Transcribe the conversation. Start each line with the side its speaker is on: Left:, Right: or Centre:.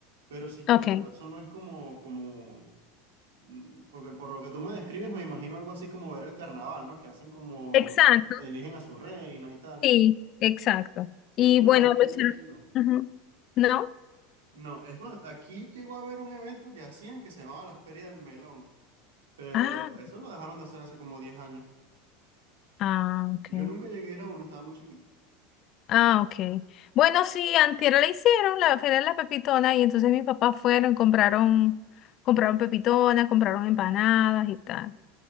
Right: pero sin
Left: Ok,
Right: embargo, eso no es como, como Mm, Porque por lo que tú me describes, me imagino algo así como ver el carnaval, ¿no? Que hacen como,
Left: exacto.
Right: eligen a su reina y tal.
Left: Sí, exacto.
Right: Sí,
Left: Y
Right: no,
Left: bueno,
Right: aquí,
Left: lo hicieron-
Right: aquí no.
Left: Ujú. ¿No?
Right: No, es más, aquí llegó a haber un evento que hacían que se llamaba la Feria del Melón, pero
Left: Ah,
Right: eso lo dejaron de hacer hace como 10 años.
Left: ah, ok.
Right: Yo nunca llegué a ir a uno, estaba muy chiquito.
Left: Ah, ok. Bueno, sí, antier la hicieron, la feria de la pepitona, y entonces mis papás fueron, compraron, compraron pepitona, compraron empanadas y tal.